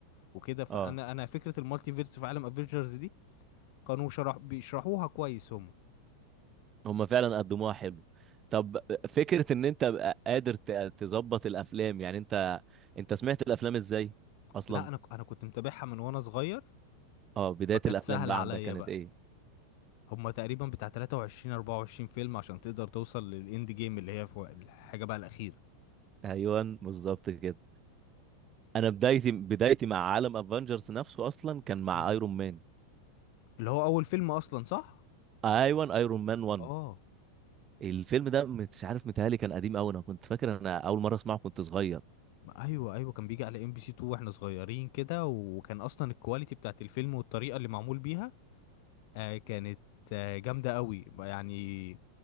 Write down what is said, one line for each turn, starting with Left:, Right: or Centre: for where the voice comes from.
Left: وكده فانا
Right: اه
Left: انا فكره المالتي فيرس في عالم افنجرز كانوا شرح بيشرحوها كويس هم
Right: هم فعلا قدموها حلو طب فكرة ان انت بقى قادر ت- تظبط الافلام يعني انت انت سمعت الافلام ازاي اصلا
Left: لا انا ك- انا كنت متابعها من وانا صغير
Right: اه بداية
Left: فكانت
Right: الافلام
Left: سهله
Right: بقى
Left: عليا
Right: عندك كانت
Left: بقى
Right: ايه
Left: هم تقريبا بتاع 23 24 فيلم عشان تقدر توصل للاند جيم اللي هي في وق- الحاجه بقى الاخيره
Right: ايوه بالظبط كده انا بدايتي بدايتي مع عالم افنجرز نفسه اصلا كان مع
Left: مم.
Right: ايرون مان
Left: اللي هو اول فيلم اصلا صح
Right: ايوه ايرون مان 1
Left: اه
Right: الفيلم ده مش عارف متهيألي كان قديم قوي انا كنت فاكر انا اول مرة اسمعه كنت صغير
Left: ما ايوه ايوه كان بيجي على ام بي سي 2 واحنا صغيرين كده وكان اصلا الكواليتي بتاعت الفيلم والطريقه اللي معمول بيها آه كانت آه جامده قوي يعني